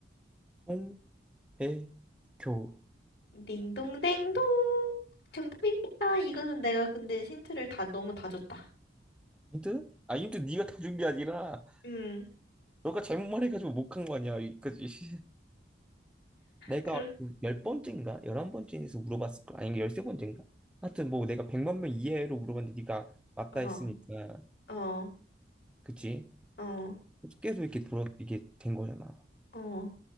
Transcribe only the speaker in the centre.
송, 배, 교.
힌트? 아, 힌트 네가 다 준 게 아니라,
너가 잘못만 해가지고 못 간 거 아니야. 이- 그지? 내가
열 번째인가? 열한 번째에서 물어봤을 거 아니, 열세 번째인가? 하여튼 뭐 내가 백만 명 이하로 물어봤는데 네가 맞다
했으니까.
그치?
계속 이렇게 돌아, 이게 된 거잖아.